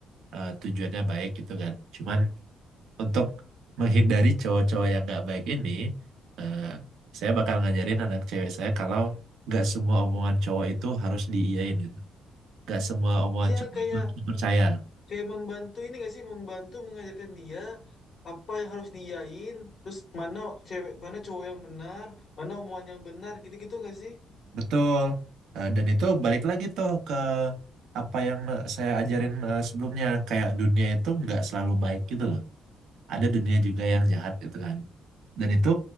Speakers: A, on the right (about 80°); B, on the left (about 50°).
A: eh, tujuannya baik gitu kan. Cuman untuk menghindari cowok-cowok yang nggak baik ini, eh, saya bakal ngajarin anak cewek saya kalau nggak semua omongan cowok itu harus diiyain gitu. Nggak semua omongan
B: Iya
A: cowok
B: kayak
A: itu harus dipercaya.
B: kayak membantu ini gak sih membantu mengajarkan dia apa yang harus diain terus mana cewek mana cowok yang benar mana omongan yang benar gitu-gitu gak sih
A: Betul. Eh, dan itu balik lagi tuh ke apa yang me- saya ajarin eh, sebelumnya. Kayak dunia itu nggak selalu baik gitu loh. Ada dunia juga yang jahat gitu kan. Dan itu